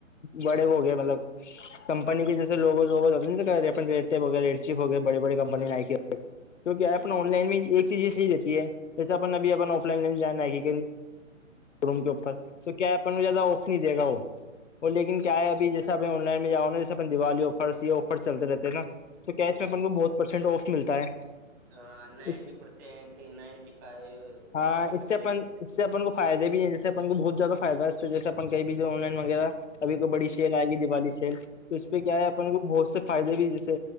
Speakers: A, on the left; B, on the right.
A: بڑے وہ گئے مطلب کمپنی کے جیسے لوگز ووز ہوتےٹی ہو ریڈ چیپ ہو گئے بڑی بڑی کمپنیائ
B: ہاں
A: کیونکہ ایپ
B: ہوں
A: آن لائن میں ہی ایک چیز یہ صحی رہتی ہے جیسے اپن ابھی اپ آف لائن لن جانا ہے روم کے اوپر تو کیا اپ کو زیادہ آف نہیں دے گا وہ وہ لیکن کیا ہے اب جیسے آپ آن لائن میںاؤںا جیسےپ دیوالی ہو فرسیی ہو چلتے رہتے ہیں نا تو کیچ میں اپن کو بہت پرسینٹ آف ملتا ہے
B: ہاں نائنٹی
A: اس
B: پرسینٹ نائنٹی فائیو
A: ہاں
B: ایٹی
A: اس
B: پرسینٹ
A: سے اپن اس سے اپن کو فائدے بھی ہیں ج سے کو بہت زیادہ فائدہ ہے جیسے اپن کہیں بھی جو آن لائن وغیرہ ابھی کوئی بڑی سل آئے گی دیوالی سل تو اس پہ کیا ہے اپن کو بہت سے فائدے بھی جیسے